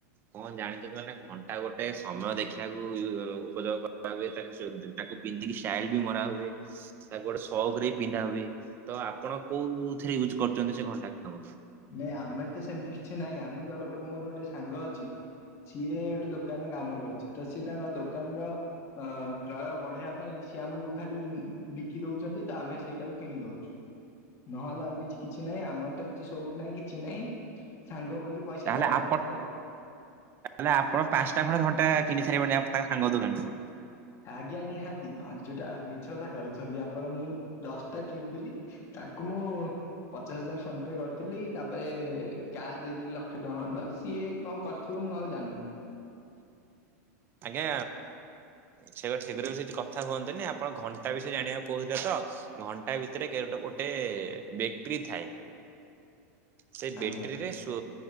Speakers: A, on the right; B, on the left.
A: କଣ ଜାଣିଛନ୍ତି ମାନେ ଘଣ୍ଟା ଗୋଟେ ସମୟ ଦେଖିବାକୁ ଉପଯୋଗ କରିବାକୁ ତାକୁ <unintelligible> ପିନ୍ଧିକି ଷ୍ଟାଇଲ ବି ମରା ହୁଏ। ତାକୁ ଗୋଟେ ସଉକରେ ପିନ୍ଧା ହୁଏ। ତ ଆପଣ କୋଉଥିରେ ୟୁଜ୍ କରୁଛନ୍ତି ସେ ଘଣ୍ଟାକୁ?
B: ନାଇଁ ଆମେ ତ ସେମିତି କିଛି ନାହିଁ ଆମକୁ ଆଉ ଗୋଟେ ମୋର ଗୋଟେ ସାଙ୍ଗ ଅଛି। ସିଏ ଗୋଟେ ଦୋକାନରେ କାମ କରୁଛି ତ ସିଏ ତାଙ୍କ ଦୋକାନ ର ଅ କ୍ରୟ ବଢେଇବା ପାଇଁ ସିଏ ଆମକୁ ଖାଲି ବିକି ଦଉଛନ୍ତି ତ ଆମେ ସେଇଟାକୁ କିଣି ଦଉଛୁ। ନହେଲେ ଆଉ କିଛି କିଛି ନାହିଁ ଆମର ତ କିଛି ସୁ ସଉକ ନାହିଁ କିଛି ନାହିଁ ସାଙ୍ଗ ବୋଲି ପଇସା
A: ତାହେଲେ
B: ଦବା
A: ଆପଣ
B: କଥା ଆଉ।
A: ତାହେଲେ ଆପଣ ପାଞ୍ଚଟା ଖଣ୍ଡେ ଘଣ୍ଟା କିଣିି ସାରିବେଣି ଆପଣଙ୍କ ସାଙ୍ଗ ଦୋକାନଠୁ?
B: ଆଜ୍ଞା ନିହାତି ପାଞ୍ଚଟା ମିଛକଥା କହୁଛନ୍ତି ଆପଣ ମୁଁ ଦଶଟା କିଣିଥିଲି ତାକୁ ମୁଁ ପଚାଶ ହଜାର ଫୋନ ପେ କରିଥିଲି ତାପରେ କ୍ୟାସ୍ ଦେଇଥିଲି ଲକ୍ଷେ ଟଙ୍କା ଖଣ୍ଡ ସିଏ କଣ କରି ଥିବ ମୁଁ ଆଉ ଜାଣିନି।
A: ଆଜ୍ଞା ସେଗୁରା ସେଗୁରା ବେଶି କଥା ହୁଅନ୍ତିନି ଆପଣ ଘଣ୍ଟା ବିଷୟରେ ଜାଣିବାକୁ କହୁଛତ ଘଣ୍ଟା ଭିତରେ ଗେ ଗୋଟେ ବେଟରୀ ଥାଏ। ସେ
B: ଆଜ୍ଞା।
A: ବେଟେରୀରେ ସୋ